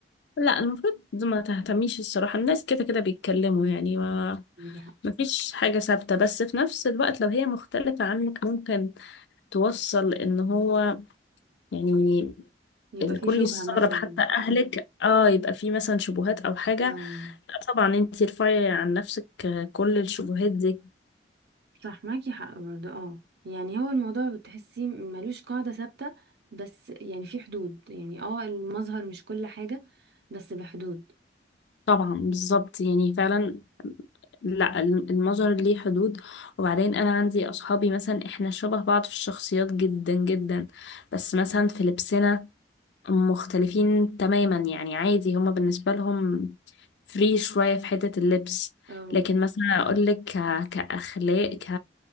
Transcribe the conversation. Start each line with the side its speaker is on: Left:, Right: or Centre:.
Left: لا المفروض ما تهتميش الصراحة الناس كده كده بيتكلموا يعني ما
Right: معاكي حق.
Left: مفيش حاجة ثابتة بس في نفس الوقت لو هي مختلفة عنك ممكن توصل ان هو يعني
Right: يبقى
Left: الكل
Right: في شبهة
Left: يستغرب
Right: مثلا
Left: حتى اهلك اه يبقى في مثلا شبهات او حاجة
Right: آه.
Left: لا طبعا انتي ارفعي عن نفسك كل الشبهات دي
Right: صح معاكي حق برضه اه يعني هو الموضوع بتحسيه ملوش قاعدة ثابتة بس يعني في حدود يعني اه المظهر مش كل حاجة بس بحدود
Left: طبعا بالظبط يعني فعلا لا المظهر ليه حدود وبعدين انا عندي اصحابي مثلا احنا شبه بعض في الشخصيات جدا جدا بس مثلا في لبسنا مختلفين تماما يعني عادي هما بالنسبة لهم فري شوية في حتة اللبس
Right: اه
Left: لكن مثلا أقولك ك... كأخلاق ك...